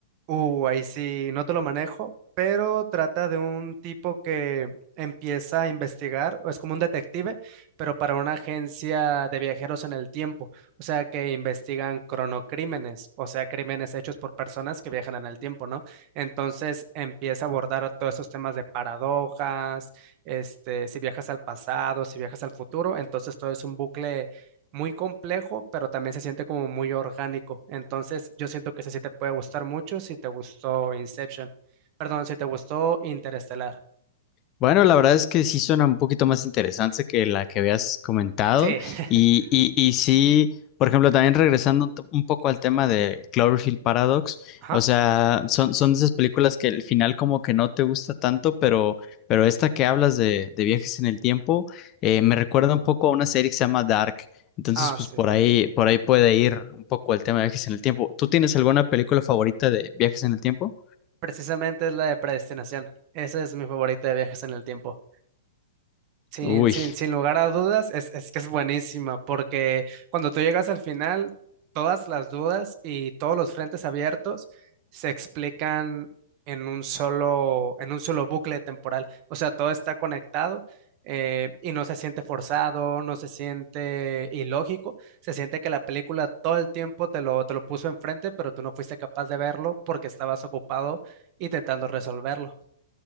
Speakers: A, on the right; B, on the left.
A: Uh, ahí sí, no te lo manejo, pero trata de un tipo que empieza a investigar, o es como un detective, pero para una agencia de viajeros en el tiempo, o sea que investigan cronocrímenes, o sea, crímenes hechos por personas que viajan en el tiempo, ¿no? Entonces empieza a abordar todos esos temas de paradojas, este, si viajas al pasado, si viajas al futuro, entonces todo es un bucle muy complejo, pero también se siente como muy orgánico. Entonces, yo siento que ese sí te puede gustar mucho si te gustó Inception. Perdón, si te gustó Interestelar.
B: Bueno, la verdad es que sí suena un poquito más interesante que la que habías comentado.
A: Sí. <laughs>
B: Y, y, y sí, por ejemplo, también regresando un t- un poco al tema de Cloverfield Paradox,
A: Ajá.
B: o sea, son, son de esas películas que el final como que no te gusta tanto, pero, pero esta que hablas de, de viajes en el tiempo, eh, me recuerda un poco a una serie que se llama Dark. Entonces,
A: Ah,
B: pues
A: sí.
B: por ahí, por ahí puede ir un poco el tema de viajes en el tiempo. ¿Tú tienes alguna película favorita de viajes en el tiempo?
A: Precisamente es la de Predestinación. Ese es mi favorito de viajes en el tiempo. Sin,
B: Uy.
A: sin, sin lugar a dudas, es, es que es buenísima, porque cuando tú llegas al final, todas las dudas y todos los frentes abiertos se explican en un solo, en un solo bucle temporal. O sea, todo está conectado eh, y no se siente forzado, no se siente ilógico, se siente que la película todo el tiempo te lo, te lo puso enfrente, pero tú no fuiste capaz de verlo porque estabas ocupado intentando resolverlo.